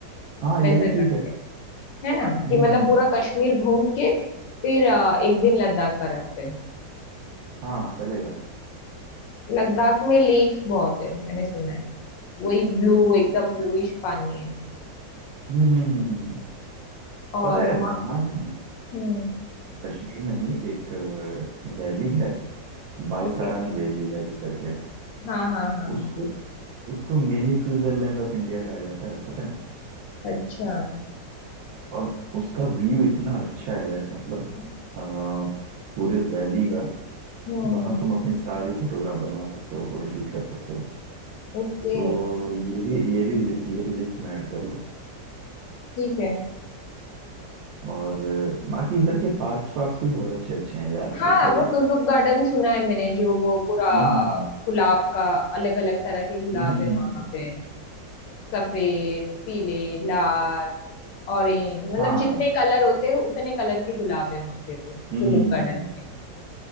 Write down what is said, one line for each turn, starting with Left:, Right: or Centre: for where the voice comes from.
Right: हाँ
Left: वैसा
Right: ये भी
Left: करते
Right: ठीक है
Left: हैं है ना
Right: हम्म
Left: कि मतलब
Right: हम्म हम्म,
Left: पूरा कश्मीर घूम के फिर अ, एक दिन लद्दाख का रखते हैं
Right: हाँ चलेगा
Left: लद्दाख में लेक्स बहुत है मैंने सुना है वही ब्लू एकदम ब्लूइश पानी है
Right: हम्म हम्म हम्म हम्म। हम्म।
Left: और
Right: पता है
Left: वहाँ
Right: वहाँ ना
Left: हम्म
Right: कश्मीर में ही एक वैली है बाईसारन
Left: ओके
Right: वैली वैली करके
Left: हाँ हाँ हाँ
Right: उसको
Left: हाँ
Right: उसको मिनी स्विट्जरलैंड ऑफ इंडिया कहा जाता है पता है
Left: अच्छा
Right: और उसका व्यू इतना अच्छा है मतलब
Left: हम्म
Right: अ, पूरे वैली का
Left: हम्म
Right: वहाँ
Left: हम्म,
Right: तुम अपनी सारी फोटोग्राफ बनवा सकते हो फोटोशूट कर सकते हो
Left: ओके
Right: तो ये भी ये भी लि- ये भी लिस्ट में ऐड कर लो
Left: ठीक है
Right: और बाकी उधर के पार्क्स वार्क्स भी बहुत अच्छे अच्छे हैं यार
Left: हाँ
Right: जैसे
Left: वो टुलिप गार्डन सुना है मैंने जो वो पूरा
Right: हम्म हम्म हम्म
Left: गुलाब का अलग अलग तरह के गुलाब
Right: हम्म हम्म,
Left: है
Right: हम्म।
Left: वहां
Right: हम्म।
Left: पे सफेद पीले लाल ऑरेंज मतलब
Right: हाँ
Left: जितने कलर होते हैं उतने कलर के गुलाब है वहां पे वो
Right: हम्म
Left: टुलिप
Right: हम्म हम्म
Left: गार्डन
Right: हम्म।
Left: में